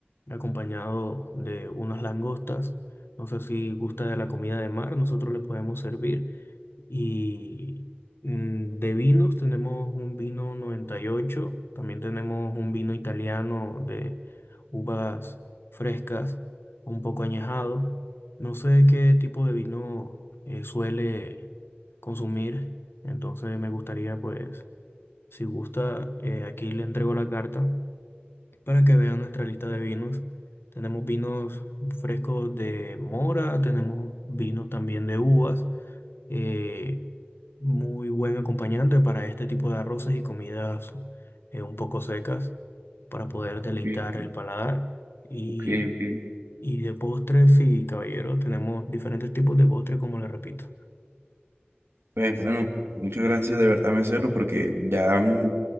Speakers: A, on the left; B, on the right.
A: acompañado de unas langostas. No sé si gusta de la comida de mar, nosotros le podemos servir. Y mm, de vinos tenemos un vino noventa y ocho también tenemos un vino italiano de uvas frescas, un poco añejado. No sé qué tipo de vino eh, suele consumir, entonces me gustaría pues si gusta, eh, aquí le entrego la carta para que vea nuestra lista de vinos. Tenemos vinos frescos de mora, tenemos vinos también de uvas. eh, muy buen acompañante para este tipo de arroces y comidas eh, un poco secas para poder deleitar
B: Ok,
A: el paladar. Y,
B: ok, ok.
A: y de postres, sí, caballero, tenemos diferentes tipos de postres, como le repito.
B: Pues bueno, muchas gracias de verdad, mesero, porque ya mm,